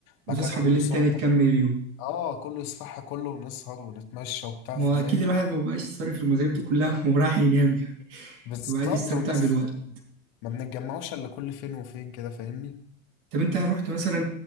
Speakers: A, on the left (about 60°); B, on the right (about 65°).
A: بعد
B: وتصحى
A: كده كله
B: بالليل
A: يصح
B: تاني تكمل اليوم
A: اه كله يصح كله ونسهر ونتمشى وبتاع
B: واكيد
A: فاهمني
B: الواحد
A: كده
B: ما بقاش صارف المصاريف دي كلها <laughs> وراح ينام يعني
A: بالظبط
B: وقاعد يستمتع
A: والناس
B: بالوقت
A: ما بنتجمعوش الا كل فين وفين كده فاهمني
B: طب انت رحت مثلا